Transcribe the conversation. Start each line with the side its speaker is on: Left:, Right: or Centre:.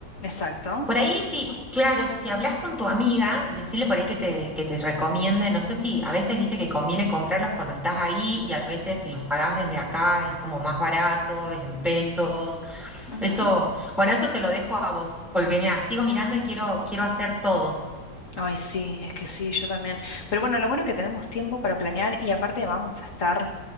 Left: Exacto.
Centre: Por ahí sí, claro, si hablas con tu amiga, decirle por ahí que te, que te recomiende, no sé si a veces viste que conviene comprarlos cuando estás ahí y a veces si los pagás desde acá es como más barato, es en pesos.
Left: Ujú.
Centre: Eso, bueno, eso te lo dejo a vos, porque mira, sigo mirando y quiero, quiero hacer todo.
Left: Ay, sí, es que sí, yo también. Pero bueno, lo bueno es que tenemos tiempo para planear y aparte vamos a estar